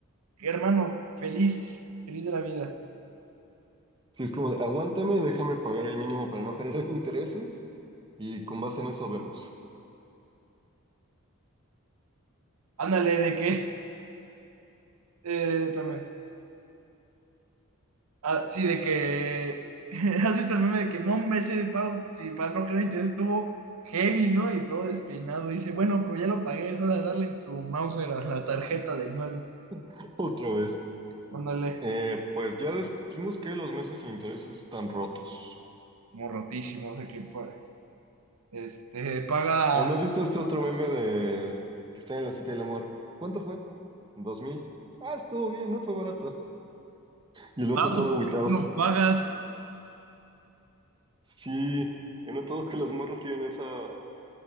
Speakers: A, on the right; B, on the right.
A: hermano, feliz, feliz de la vida.
B: Sí, es como de, aguántame, déjame pagar el mínimo para no generar <laughs> intereses y con base en eso vemos.
A: Ándale, de que. <laughs> Eh, espérame. Ah, sí, de que. <laughs> ¿Has visto el meme de que no me sé de pago? Si para no creer, te estuvo heavy, ¿no? Y todo despeinado. Dice, bueno, pues ya lo pagué, es hora de darle en su Mauser a la tarjeta de nuevo.
B: <laughs> Otra vez.
A: Ándale,
B: Eh, pues ya descubrimos que los meses sin intereses están rotos.
A: como rotísimo, o sea que pues, este, paga
B: ¿O no has visto este otro meme de que está en la cita del amor? ¿Cuánto fue? ¿Dos mil? Ah, estuvo bien, ¿no? Fue barato. <laughs> Y el otro
A: Barato,
B: todo
A: porque
B: agüitado.
A: tú no pagas.
B: Sí, he notado que los morros tienen esa, hasta